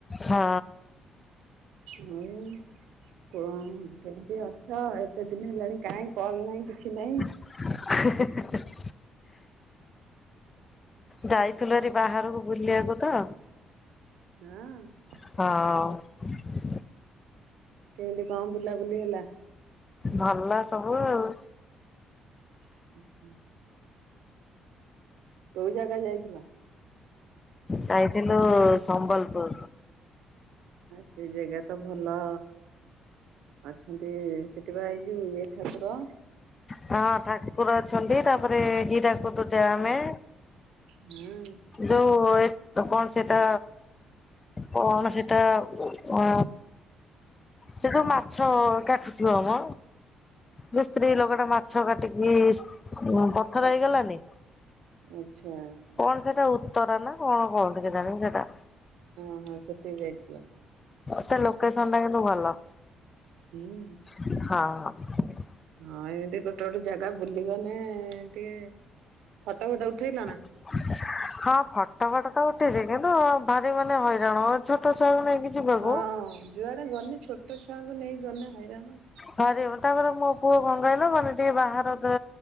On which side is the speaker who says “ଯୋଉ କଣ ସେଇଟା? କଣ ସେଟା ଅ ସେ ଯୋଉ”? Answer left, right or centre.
Left